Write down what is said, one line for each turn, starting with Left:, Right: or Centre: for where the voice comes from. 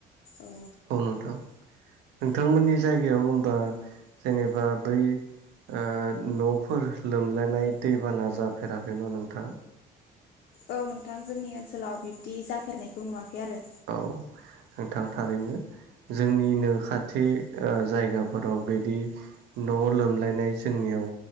Left: ओ
Right: औ नोंथां नोंथांमोननि जायगायाव होमबा जेनेबा बै ओ न'फोर लोमलायनाय दैबाना जाफेराखै न' नोंथां
Left: औ नोंथां जोंनि ओनसोलाव बिब्दि जाफेरनायखौ नुवाखै आरो
Right: औ नोंथां थारैनो जोंनिनो खाथि ओ जायगाफोराव बेदि न' लोमलायनाय जोंनियाव